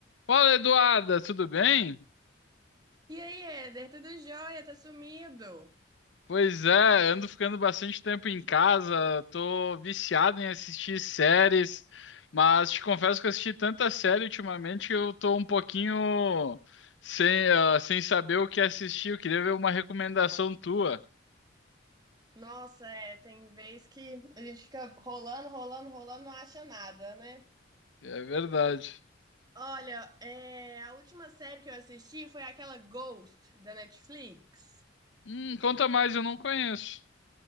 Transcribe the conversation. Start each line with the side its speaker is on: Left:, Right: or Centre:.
Left: Fala, Eduarda, tudo bem?
Right: E aí, Éder, tudo jóia? Tá sumido?
Left: Pois é, ando ficando bastante tempo em casa, tô viciado em assistir séries, mas te confesso que eu assisti tanta série ultimamente que eu tô um pouquinho sem, ah, sem saber o que assistir. Eu queria ver uma recomendação tua.
Right: Nossa, é, tem vez que a gente fica rolando, rolando, rolando, não acha nada, né?
Left: É verdade.
Right: Olha, é, a última série que eu assisti foi aquela Ghost da Netflix.
Left: Hum, conta mais, eu não conheço.